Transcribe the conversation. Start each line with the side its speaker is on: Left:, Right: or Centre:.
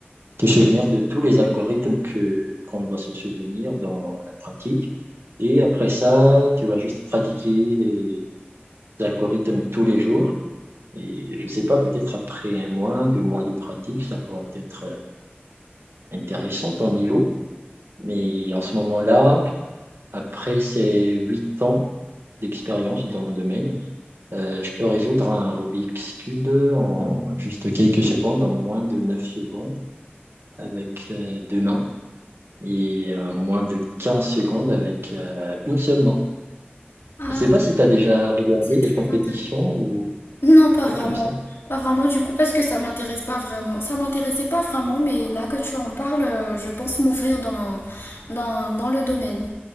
Right: te souvenir de tous les algorithmes que qu'on doit se souvenir dans la pratique. Et après ça, tu vas juste pratiquer les algorithmes tous les jours. Et je ne sais pas, peut-être après un mois, deux mois de pratique, ça pourrait être intéressant ton niveau. Mais en ce moment-là, après ces huit ans d'expérience dans le domaine, Euh, je peux résoudre un Rubik's Cube en juste quelques secondes, en moins de 9 secondes avec euh, deux mains et euh, moins de 15 secondes avec euh, une seule main.
Left: Ah,
Right: Je ne sais pas si tu as déjà regardé
Left: c'est très
Right: des compétitions
Left: intéressant.
Right: ou
Left: non, pas vraiment.
Right: des trucs comme ça.
Left: Pas vraiment, du coup, parce que ça m'intéresse pas vraiment. Ça m'intéressait pas vraiment, mais là que tu en parles, euh, je pense m'ouvrir dans, dans, dans le domaine.